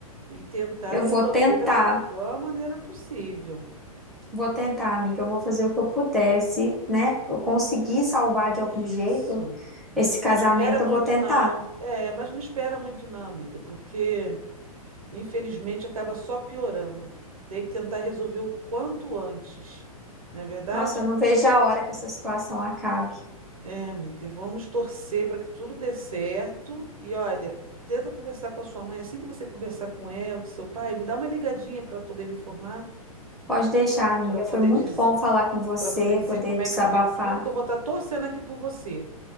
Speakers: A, on the right; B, in the centre.
A: E tentar
B: Eu
A: resolver
B: vou tentar,
A: da melhor maneira possível.
B: vou tentar, amiga. Eu vou fazer o que eu puder, se, né? Eu conseguir salvar
A: Isso.
B: de algum jeito esse casamento,
A: Não espera muito,
B: eu vou tentar.
A: não. É, mas não espera muito, não, amiga, porque infelizmente acaba só piorando. Tem que tentar resolver o quanto antes, não é verdade?
B: Nossa, eu não vejo a hora que essa situação acabe.
A: É, amiga, vamos torcer para que tudo dê certo. E olha, tenta conversar com a sua mãe. Assim que você conversar com ela, com seu pai, me dá uma ligadinha para poder me informar,
B: Pode deixar, amiga.
A: para poder
B: Foi muito
A: dizer,
B: bom falar com você,
A: para poder dizer
B: poder
A: como
B: desabafar.
A: é que foi tudo, que eu vou estar torcendo aqui por você.